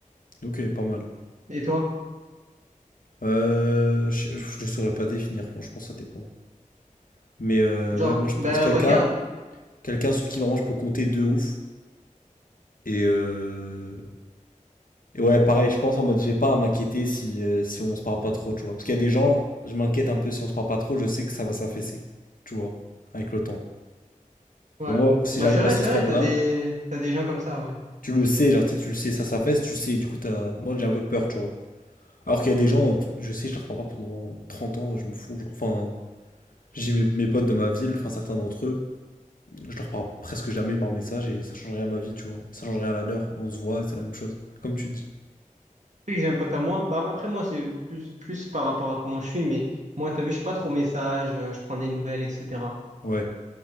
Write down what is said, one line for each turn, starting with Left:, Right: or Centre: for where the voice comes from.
Left: Ok, pas mal.
Right: Et toi?
Left: Euh, je, je ne saurais pas définir, franchement, ça dépend. Mais euh,
Right: Genre,
Left: ouais, moi, je
Right: ben
Left: pense quelqu'un
Right: regarde,
Left: quelqu'un sur qui vraiment je peux compter de ouf. Et, euh, et ouais, pareil, je pense en mode, j'ai pas à m'inquiéter si, euh, si on se parle pas trop, tu vois. Parce qu'il y a des gens, je m'inquiète un peu si on se parle pas trop, je sais que ça va s'affaisser, tu vois, avec le temps.
Right: ouais.
Left: Mais moi, si
Right: Bah
Left: j'arrive
Right: c'est vrai,
Left: à ce
Right: c'est
Left: stade-là,
Right: vrai, t'as des, t'as des gens comme ça, ouais.
Left: tu le sais, genre, tu sais, tu le sais, ça s'affaisse, tu sais, du coup, t'as... moi, j'ai un peu peur, tu vois. Alors qu'il y a des gens, je sais, je les reprends pas pendant 30 ans, je m'en fous. Genre. Enfin, j'ai mes, mes potes de ma ville, enfin certains d'entre eux, je leur parle presque jamais par message et ça change rien à ma vie, tu vois. Ça change rien à la leur et on se voit et c'est la même chose. Comme tu dis.
Right: Puis que j'ai un pote à moi. Bah, après moi, c'est plus, plus par rapport à comment je suis, mais moi, t'as vu, je suis pas trop message, euh, je prends des nouvelles, etc.
Left: Ouais.